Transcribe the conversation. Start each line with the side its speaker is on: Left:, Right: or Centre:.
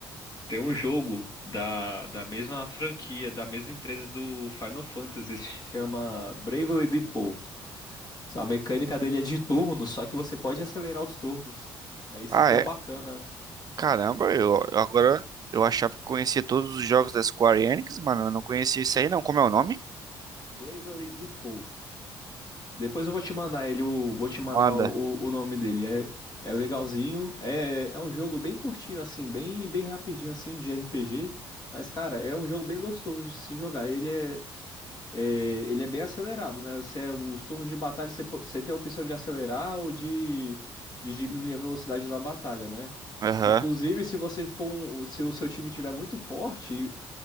Left: Tem um jogo da, da mesma franquia, da mesma empresa do Final Fantasy, se chama Bravely Default. A mecânica dele é de turno, só que você pode acelerar os turnos. É isso
Right: Ah,
Left: que
Right: é.
Left: é bacana.
Right: Caramba, eu eu agora eu achava que conhecia todos os jogos da Square Enix, mano, eu não conhecia isso aí não. Como é o nome?
Left: Bravely Default. Depois eu vou te mandar ele, o, vou te mandar
Right: Manda.
Left: o, o nome dele. É, é legalzinho. É, é um jogo bem curtinho, assim, bem, bem rapidinho, assim, de RPG. Mas, cara, é um jogo bem gostoso de se jogar. Ele é. é, ele é bem acelerado, né? Você, é, os turnos de batalha, você, po- você tem a opção de acelerar ou de, de diminuir a velocidade da batalha, né?
Right: Aham.
Left: Inclusive, se você for um- se o seu time tiver muito forte